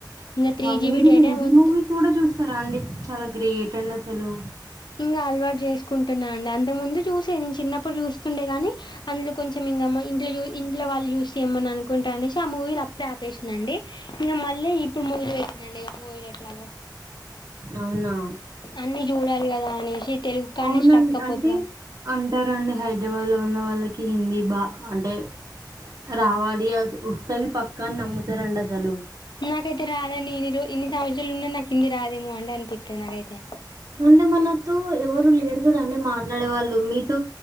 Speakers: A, on the left (about 75°); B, on the right (about 50°).
A: ఇంకా త్రీ
B: వామ్మో
A: జీబీ
B: మీరు
A: డేటా
B: హిందీ
A: మొత్తం
B: మూవీస్ కూడా చూస్తారా అండి చాలా గ్రేట్ అండి అసలు
A: ఇంగ అలవాటు చేసుకుంటున్నానండి అంతకు ముందు చూసే నేను చిన్నప్పుడు చూస్తుండే గాని అందులో కొంచెం ఇ ఇం ఇంట్ వాళ్ళు చూ చేయమ్మని అనుకుంటారు అనేసి ఆ మూవీలు అప్పుడే ఆపేసినండి ఇంకా మళ్ళీ <unintelligible> ఇప్పుడు మొదలు పెట్టి నండి ఇగ మూవీలు ఎట్లాగో
B: అవునా
A: అన్ని చూడాలి కదా అనేసి తెలుగు కానే
B: అవునండి
A: స్ట్రక్ అవ్వద్దుగా
B: అంటే అంటారండి హైదరాబాద్ లో ఉన్న వాళ్ళకి కి హిందీ బా అంటే రావాలి అది వస్తది పక్కని నమ్ముతారండి అసలు
A: నాకైతే రాదండి ఎన్ని ఎన్ని సంవత్సరాలుండే నాకు హింది రాదేమో అంటే అనిపిస్తది నాకైతే
B: అంటే మనతో ఎవరు లేరు కదండి మాట్లాడే వాళ్ళు మీతో